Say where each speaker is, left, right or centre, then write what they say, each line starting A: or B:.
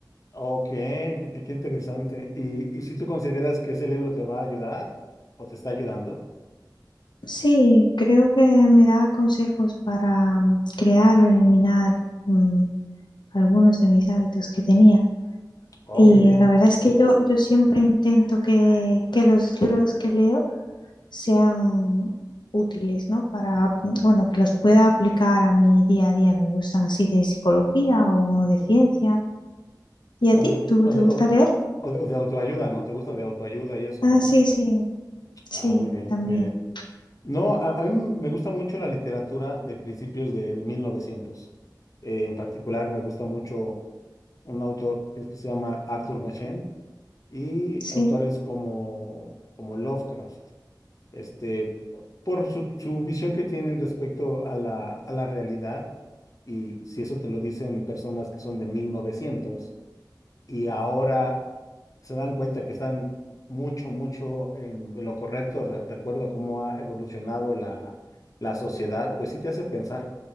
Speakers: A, on the left; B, on the left.
A: ok, qué, qué- qué interesante. ¿Y, y si tú consideras que ese libro te va a ayudar o te está ayudando?
B: Sí, creo que me da consejos para mm, crear o eliminar mm, algunos de mis hábitos que tenía.
A: Oh,
B: Y
A: muy bien.
B: eh, la verdad es que yo, yo siempre intento que, que los libros que leo sean útiles, ¿no? Para, mm, bueno, que los pueda aplicar a mi día a día. Me gustan así de psicología o de ciencia. ¿Y a
A: O
B: ti?
A: de,
B: ¿Tú
A: o
B: te
A: de-
B: gusta
A: o-
B: leer?
A: o de- o de autoayuda, ¿no? ¿Te gusta de autoayuda y eso,
B: Ah,
A: no?
B: sí, sí,
A: Ah,
B: sí,
A: muy bien,
B: también.
A: muy bien. No, a, a mí me gusta mucho la literatura de principios de, de 1900. Eh, en particular, me gusta mucho. un autor que que se llama Arthur Machen y
B: Sí,
A: autores como, como Lovecraft, este, por su, su visión que tienen respecto a la, a la realidad, y si eso te lo dicen personas que son de 1900 y ahora se dan cuenta que están mucho, mucho en, en lo correcto de, de acuerdo a cómo ha evolucionado la, la sociedad, pues sí te hace pensar